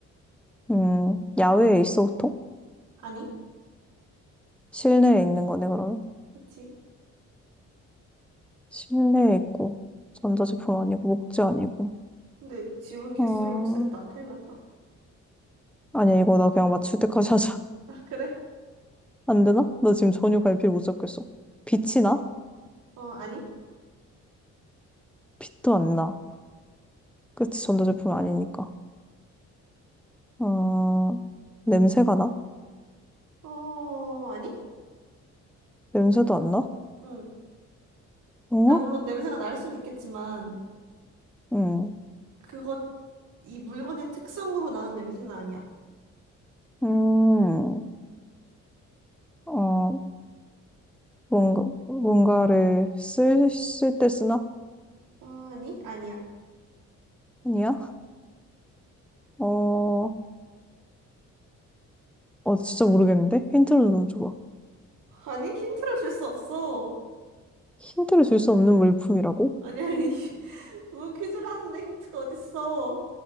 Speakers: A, in the centre; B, on the right.
A: 음, 야외에 있어, 보통?
B: 아니?
A: 실내에 있는 거네, 그러면.
B: 그치?
A: 실내에 있고, 전자제품 아니고, 목재 아니고,
B: 근데 질문 개수를
A: 어,
B: 못 셌다. 큰일 났다.
A: 아니야, 이거 나 그냥 맞출 때까지 하자.
B: 아, 그래?
A: <laughs> 안 되나? 나 지금 전혀 갈피를 못 잡겠어. 빛이 나?
B: 어, 아니?
A: 빛도 안 나. 그치, 전자제품 아니니까. 어, 냄새가 나?
B: 어, 아니?
A: 냄새도 안 나?
B: 응.
A: 어?
B: 그러니까 물론 냄새가 날 수는 있겠지만,
A: 응
B: 그거 이 물건의 특성으로 나는 냄새는 아니야.
A: 음, 어, 뭔가, 뭔가를 쓸, 쓸 때 쓰나?
B: 아니, 아니야.
A: 아니야? 어, 어, 진짜 모르겠는데? 힌트를 좀 줘봐.
B: 아니, 힌트를 줄 수 없어.
A: 힌트를 줄 수 없는 물품이라고?
B: 아니, 아니. <laughs> 뭐 퀴즈를 하는데 힌트가 어딨어.